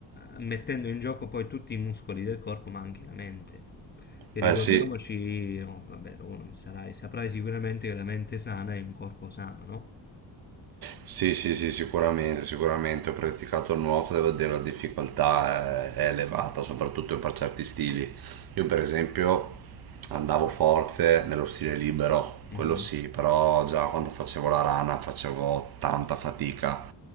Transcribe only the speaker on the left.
eh, mettendo in gioco poi tutti i muscoli del corpo, ma anche la mente. E
ricordiamoci,
no, vabbè, uno sarai- saprai sicuramente che la mente sana è un corpo sano, no?
Mm.